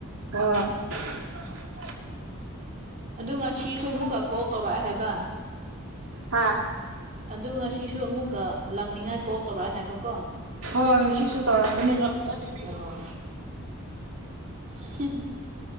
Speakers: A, on the right (about 65°); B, on the right (about 35°).
A: ꯍꯣꯏ <unintelligible>
B: ꯑꯗꯨ ꯉꯁꯤꯁꯨ ꯑꯃꯨꯛꯀꯥ ꯀꯣꯜ ꯇꯧꯔꯛꯑꯦ ꯍꯥꯏꯕ?
A: ꯍꯥꯥ
B: ꯑꯗꯨ ꯉꯁꯤꯁꯨ ꯑꯃꯨꯛꯀꯥ ꯂꯥꯛꯅꯤꯡꯉꯥꯏ ꯀꯣꯜ ꯇꯧꯔꯛꯑꯦ ꯍꯥꯏꯕꯀꯣ?
A: ꯍꯣꯏ ꯉꯁꯤꯁꯨ ꯇꯧꯔꯛꯀꯅꯤ ꯄ꯭ꯂꯥꯁꯇꯤꯛ ꯑꯅꯤꯕꯤ
B: ꯑꯣ <unintelligible>